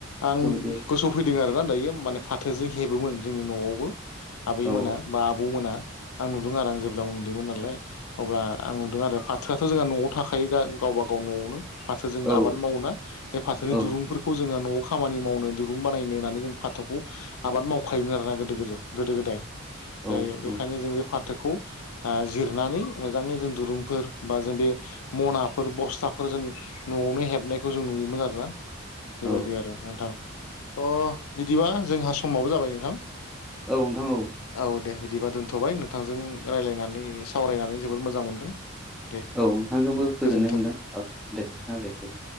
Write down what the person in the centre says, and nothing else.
बेबायदि।
औ
औ
औ
औ औ
औ
औ नोंथां औ।
औ नोंथांजोंबो गोजोननाय
मोनदों औ दे नोंथाङा दे।